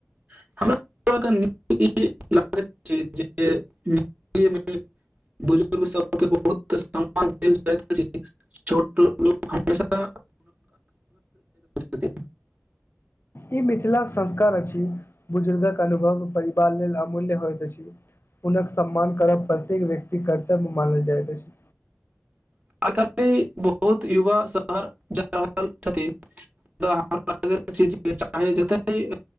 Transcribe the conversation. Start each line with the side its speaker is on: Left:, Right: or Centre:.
Right: <unintelligible> <unintelligible> बुजुर्ग सबके बहुत समान देल जाइत अछि छोट लोग हमेशा छथि
Left: ई मिथिलाक संस्कार अछि बुजुर्गक अनुभव परिवार लेल अमूल्य होइत अछि हुनक सम्मान करब प्रत्येक व्यक्ति कर्तव्य मानल जाइत अछि
Right: आय काल्हि बहुत युवा शहर जा रहल छथि <unintelligible>